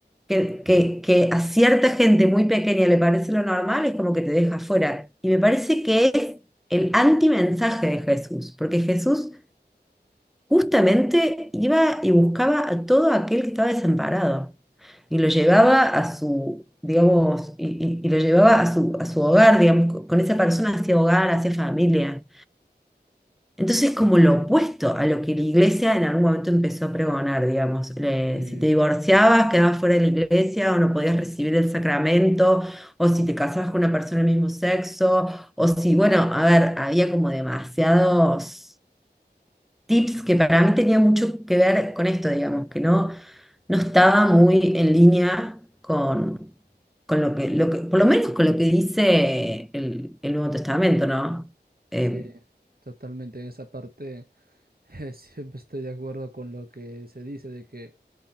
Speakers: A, in the centre; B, on the right (about 60°).
A: que, que, que a cierta gente muy pequeña le parece lo normal, es como que te deja fuera. Y me parece que es el antimensaje de Jesús, porque Jesús Justamente iba y buscaba a todo aquel que estaba desamparado y lo llevaba a su, digamos, y, y- y lo llevaba a su, a su hogar, digamos, co- con esa persona hacia hogar, hacia familia. Entonces, como lo opuesto a lo que la iglesia en algún momento empezó a pregonar, digamos, Le-
B: sí.
A: si te divorciabas, quedabas fuera de la iglesia o no podías recibir el sacramento, o si te casabas con una persona del mismo sexo, o si, bueno, a ver, había como demasiados tips que para mí tenía mucho que ver con esto, digamos, que no, no estaba muy en línea con, con lo que, lo que, por lo menos con lo que dice el, el Nuevo Testamento, ¿no? Eh,
B: Sí, totalmente. En esa parte <laughs> eh, siempre estoy de acuerdo con lo que se dice de que